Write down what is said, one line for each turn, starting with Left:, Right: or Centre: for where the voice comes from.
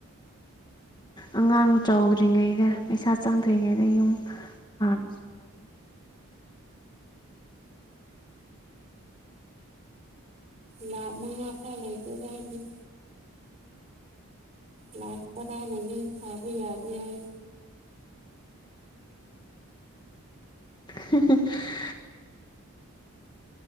Left: ꯑꯉꯥꯡ ꯆꯥꯎꯗ꯭ꯔꯤꯉꯩꯗ ꯄꯩꯁꯥ ꯆꯪꯗ꯭ꯔꯤꯉꯩꯗ ꯌꯨꯝ ꯍꯥꯟꯅ ꯁꯥꯔꯣ
Right: ꯂꯥꯥꯛ ꯃꯉꯥ ꯐꯥꯎ ꯂꯩꯇꯦꯕ ꯍꯧꯖꯤꯛ ꯂꯥꯛ ꯇꯥꯔꯥꯅ ꯌꯨꯝ ꯁꯥꯕ ꯌꯥꯗꯦ ꯍꯥꯏ
Left: <unintelligible>